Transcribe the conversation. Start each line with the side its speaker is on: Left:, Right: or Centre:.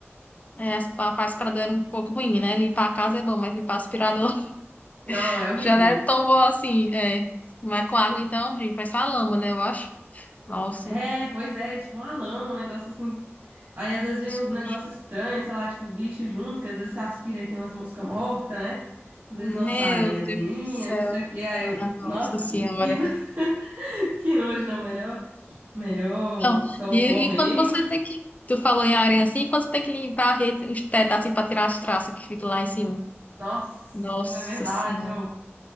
Left: é, as pa- faz pra dar um pouco ruim, né? Limpar a casa é bom, mas limpar aspirador
Right: Não,
Left: <laughs>
Right: é horrível.
Left: já não é tão bom assim, é. Mas com água, então, gente, faz só a lama, né? Eu acho. Nossa,
Right: É, pois é, tipo uma lama, um negócio assim. Aí às vezes vem
Left: sujo.
Right: uns negócios estranhos, sei lá, tipo bicho junto, que às vezes você aspira e tem umas moscas mortas, né? Às vezes
Left: Meu
Right: umas aranhazinhas,
Left: Deus do céu,
Right: não sei o quê. Aí
Left: minha
Right: eu,
Left: Nossa
Right: nossa,
Left: Senhora.
Right: que, que, no- <laughs> que nojo, não, melhor, melhor
Left: Não,
Right: sou
Left: e,
Right: o pó mesmo.
Left: e quando você tem que. Tu falou em areia assim, quando você tem que limpar a rede, os tetos assim pra tirar as traças que ficam lá em cima.
Right: Nossa,
Left: Nossa
Right: na verdade,
Left: Senhora.
Right: eu,